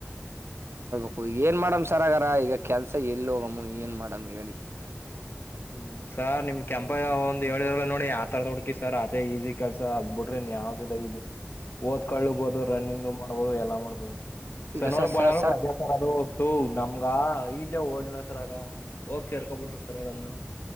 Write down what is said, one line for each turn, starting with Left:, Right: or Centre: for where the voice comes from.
Right: ಇವಾಗ ಏನ್ ಮಾಡಮ್ ಸರ ಅಗಾರ ಈಗ ಕೆಲ್ಸ ಎಲ್ಲಿ ಹೋಗಮ್ಮ ಏನ್ ಮಾಡಮ ಹೇಳಿ.
Left: ಹ್ಮ್ ಸಾರ್ ನಿಮ್ ಕೆಂಪಯ್ಯಾ ಒಂದ್ ಏಳದ ನಲ್ಲ ನೋಡಿ ಆತರ್ದು ಹುಡ್ಕಿ ಸರ್ ಅದೇ ಈಜಿ ಕೆಲ್ಸ ಆಗ್ಬಿಟ್ರಿನ್ ಯಾವ್ದಿಲ್ಲ ಈಜಿ. ಓದ್ಕೊಳ್ಳಬಹುದು ರನ್ನಿಂಗ್. ಹೌದು ಎಲ್ಲ ಮಾಡ್ಬೋದು.
Right: ಈಗ
Left: ಶನಿವಾರ
Right: ಸರ್
Left: ಭಾನುವಾರ
Right: ಸರ್
Left: ರಜಾ ಸರ್ ಅದು ಅವತ್ತು ನಮ್ಗ ಐದು. ಓಡಿನ ಸರ್ ಆಗ ಹೋಗಿ ಸೇರ್ಕೊಬ ಬಿಡ್ರರು ಸರ್. ಹ.